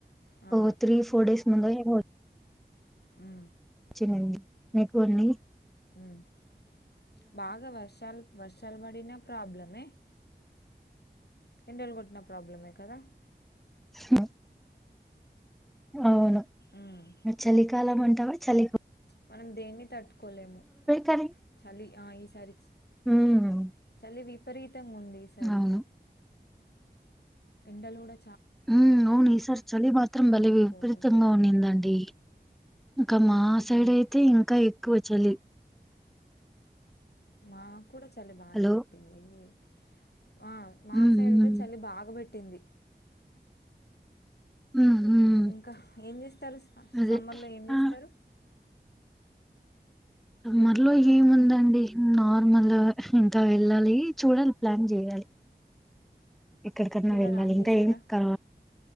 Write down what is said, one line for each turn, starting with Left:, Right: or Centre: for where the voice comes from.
Left: ఆ
Centre: ఓ త్రీ ఫోర్ డేస్ ముందే పొ
Left: ఉ
Centre: చ్చినండి మీకున్ని
Left: మ్మ్ బాగా వర్షాల్ వర్షాలు పడిన ప్రాబ్లమే ఎండల్లు గొట్న ప్రాబ్లమే కదా
Centre: హు ఔను
Left: ఉమ్
Centre: చలికాలం అంటవ చలె
Left: మనం దేన్ని తట్టుకోలేము
Centre: కానీ
Left: చలి అ ఈసారి
Centre: హ్మ్
Left: చలి విపరీతంగుంది ఈసారి
Centre: అవును
Left: ఎండలుగుడా
Centre: ఉ ఔను ఈసార్ చలి మాత్రం బలె
Left: తీసుకోవాలి
Centre: విపరీతంగా ఉన్నిందండి ఇంక మా సైడ్
Left: అవును
Centre: ఐతే ఇంక ఎక్కువ చలి
Left: మా కూడా చాలి బానే
Centre: హలో
Left: పెట్టింది వె ఆ మా
Centre: హ్మ్
Left: సైడ్ గుడా
Centre: హ్మ్
Left: చలి బాగాబెట్టింది
Centre: హ్మ్ హ్మ్
Left: ఇంక ఏం జేస్తరు
Centre: అదే
Left: సమ్మర్లో ఏం జేస్తరు
Centre: ఆ మర్లో
Left: వెళ్తారా
Centre: ఏముందండి మ్ నార్మల్ ఇంక వెళ్ళాలి చూడాలి ప్లాన్ జేయాలి ఎక్కడికన్న
Left: కూలర్
Centre: వెళ్ళాలి
Left: ఆన్
Centre: ఇంకాక
Left: చేసారా
Centre: ఏం కా